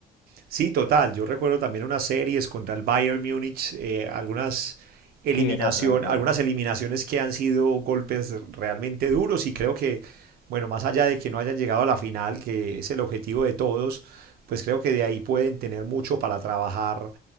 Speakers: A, on the right (about 65°); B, on the left (about 80°).
A: Sí, total. Yo recuerdo también unas series contra el Bayern Múnich, eh, algunas eliminación,
B: Sí, esa es la que te digo
A: algunas
B: yo.
A: eliminaciones que han sido golpes realmente duros y creo que, bueno, más allá de que no hayan llegado a la final, que es el objetivo de todos, pues creo que de ahí pueden tener mucho para trabajar